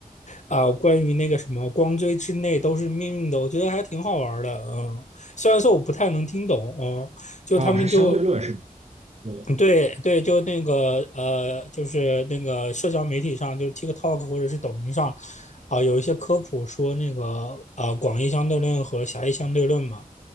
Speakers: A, on the left; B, on the right.
A: 啊、关于那个什么光锥之内都是命运的，我觉得还挺好玩的，嗯。虽然说我不太能听懂，嗯，就他们就
B: 哦，是相对论是说的。
A: 对对，就那个呃，就是那个社交媒体上，就是 TikTok 或者是抖音上，啊、有一些科普说那个啊、广义相对论和狭义相对论嘛。